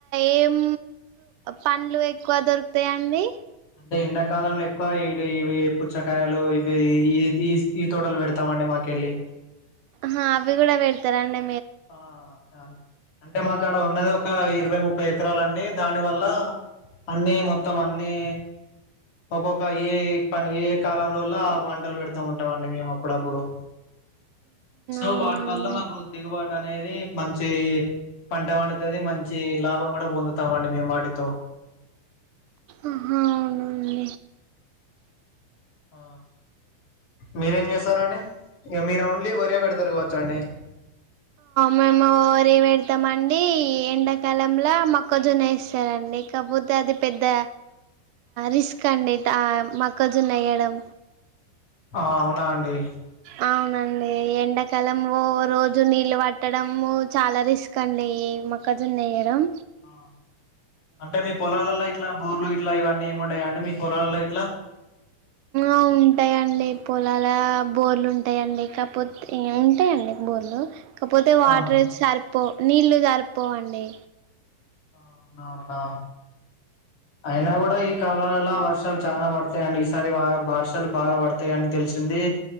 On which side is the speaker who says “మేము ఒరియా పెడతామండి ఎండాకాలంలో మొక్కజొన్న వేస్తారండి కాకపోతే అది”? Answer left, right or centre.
Right